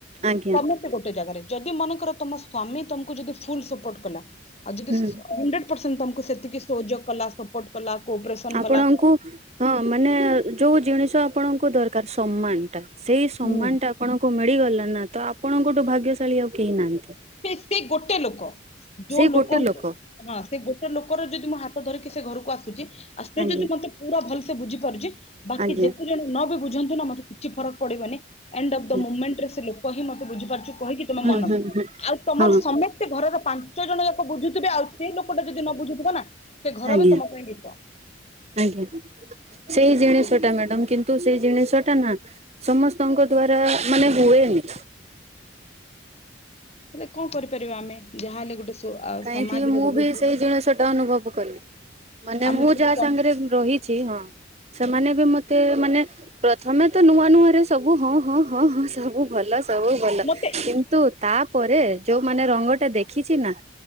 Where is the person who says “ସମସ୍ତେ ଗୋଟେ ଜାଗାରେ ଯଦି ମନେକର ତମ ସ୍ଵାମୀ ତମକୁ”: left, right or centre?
Left